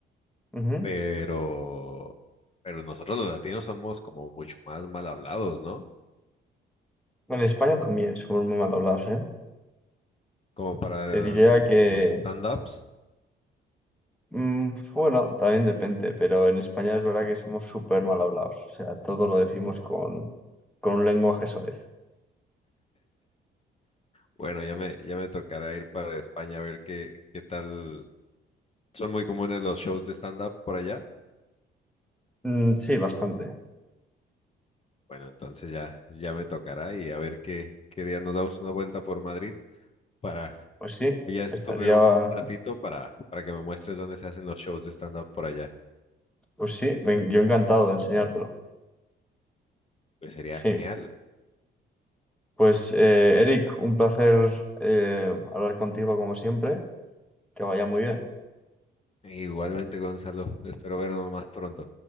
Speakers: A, in the centre; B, on the left.
A: Ujú.
B: pero, pero nosotros los latinos somos como mucho más mal hablados, ¿no?
A: Bueno, en España también somos muy mal hablados, ¿eh?
B: Como para
A: Te diría
B: los
A: que,
B: stand-ups.
A: mm, bueno, también depende, pero en España es verdad que somos súper mal hablados. O sea, todo lo decimos con, con un lenguaje soez.
B: Bueno, ya me, ya me tocará ir para España a ver qué, qué tal. Son muy comunes los shows de stand-up por allá.
A: Mm, sí, bastante.
B: Bueno, entonces ya, ya me tocará y a ver qué, qué día nos damos una vuelta por Madrid para...
A: Pues sí,
B: pues, Ya estuve
A: estaría,
B: un, un ratito para, para que me muestres dónde se hacen los shows de stand-up por allá.
A: pues sí, ven- yo encantado de enseñártelo.
B: Pues sería
A: Sí,
B: genial.
A: pues eh, Eric, un placer eh, hablar contigo como siempre, que vaya muy bien.
B: Igualmente, Gonzalo, espero vernos más pronto.